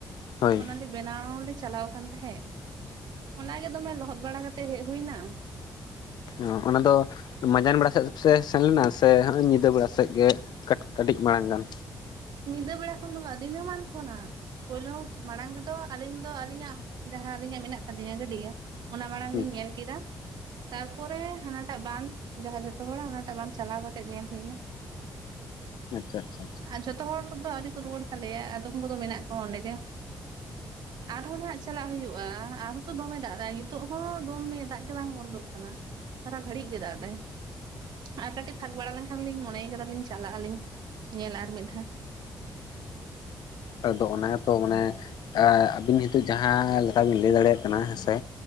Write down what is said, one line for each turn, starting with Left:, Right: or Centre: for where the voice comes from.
Left: ᱦᱳᱭ
Right: ᱚᱱᱟ ᱫᱚ ᱵᱮᱱᱟᱣ ᱞᱮ ᱪᱟᱞᱟᱣ ᱠᱟᱱ ᱛᱟᱦᱮᱸᱫ ᱚᱱᱟᱜᱮ ᱫᱚᱢᱮ ᱞᱚᱦᱚᱫ ᱵᱟᱲᱟ ᱠᱟᱛᱮᱜ ᱦᱮᱡ ᱦᱩᱭ ᱮᱱᱟ
Left: ᱚ ᱚᱱᱟ ᱫᱚ ᱢᱟᱡᱟᱱ ᱵᱮᱲᱟ ᱥᱮᱫ ᱯᱮ ᱥᱮᱱ ᱞᱮᱱᱟ ᱥᱮ ᱦᱚᱸᱜ-ᱚᱭ ᱧᱤᱫᱟᱹ ᱵᱮᱲᱟ ᱥᱮᱫ ᱜᱮ ᱠᱟᱹᱴᱤᱡ ᱢᱟᱲᱟᱝ ᱜᱟᱱ
Right: ᱧᱤᱫᱟᱹ ᱵᱮᱲᱟ ᱠᱷᱚᱱ ᱫᱚ ᱵᱟᱝ ᱫᱤᱱᱟᱹᱢᱟᱱ ᱠᱷᱚᱱᱟᱜ ᱯᱳᱭᱞᱳ ᱢᱟᱲᱟᱝ ᱫᱚ ᱟᱹᱞᱤᱧ ᱫᱚ ᱟᱹᱞᱤᱧᱟᱜ ᱡᱟᱦᱟᱸ ᱟᱹᱞᱤᱧᱟᱜ ᱢᱮᱱᱟᱜ ᱛᱟᱞᱤᱧᱟ ᱜᱟᱹᱰᱭᱟᱹ ᱚᱱᱟ ᱢᱟᱲᱟᱝ
Left: ᱦᱩᱸ
Right: ᱤᱧ ᱧᱮᱞ ᱠᱮᱫᱟ ᱾ ᱛᱟᱨᱯᱚᱨᱮ ᱦᱟᱱᱟ ᱴᱟᱜ ᱵᱟᱸᱫᱷ ᱡᱟᱦᱟᱸ ᱡᱷᱚᱛᱚ ᱦᱚᱲᱟᱜ ᱚᱱᱟᱴᱟᱜ ᱵᱟᱸᱫᱷ ᱪᱟᱞᱟᱣ ᱠᱟᱛᱮ ᱧᱮᱞ ᱦᱩᱭ ᱮᱱᱟ ᱾
Left: ᱟᱪᱪᱷᱟ ᱟᱪᱪᱷᱟ ᱟᱪᱪᱷᱟ
Right: ᱟᱨ ᱡᱷᱚᱛᱚ ᱦᱚᱲᱫᱚ ᱟᱣᱨᱤ ᱠᱚ ᱨᱩᱣᱟᱹᱲ ᱛᱟᱞᱮᱭᱟ ᱟᱫᱚᱢ ᱠᱚᱫᱚ ᱢᱮᱱᱟᱜ ᱠᱚᱣᱟ ᱚᱸᱰᱮ ᱜᱮ ᱾
Left: <inaudible>
Right: ᱟᱨᱦᱚᱸ ᱱᱟᱦᱟᱜ ᱪᱟᱞᱟᱜ ᱦᱩᱭᱩᱜᱼᱟ ᱟᱨᱦᱚᱸ ᱛᱚ ᱫᱚᱢᱮ ᱫᱟᱜ ᱮᱫᱟᱭ ᱱᱤᱛᱚᱜ ᱦᱚᱸ ᱫᱚᱢ ᱫᱟᱜ ᱜᱮ ᱵᱟᱝ ᱵᱚᱱᱫᱚᱜ ᱠᱟᱱᱟ ᱾ ᱥᱟᱨᱟ ᱜᱷᱟᱹᱲᱤᱡ ᱫᱟᱜ ᱮᱫᱟᱭ ᱟᱨ ᱠᱟᱹᱴᱤᱡ ᱯᱷᱟᱠ ᱵᱟᱲᱟ ᱞᱮᱱᱠᱷᱟᱱ ᱞᱤᱧ ᱢᱚᱱᱮᱭ ᱠᱟᱫᱟᱞᱤᱧ ᱪᱟᱞᱟᱜ ᱟᱹᱞᱤᱧ ᱧᱮᱞᱟ ᱟᱨ ᱢᱤᱫ ᱫᱷᱟᱣ ᱾
Left: ᱟᱫᱚ ᱚᱱᱟ ᱛᱚ ᱢᱟᱱᱮ ᱟᱹᱵᱤᱱ ᱦᱤᱛᱚᱜ ᱡᱟᱦᱟᱸ ᱞᱮᱠᱟ ᱵᱤᱱ ᱞᱟᱹᱭ ᱫᱟᱲᱮᱭᱟᱜ ᱠᱟᱱᱟ ᱦᱮᱸᱥᱮ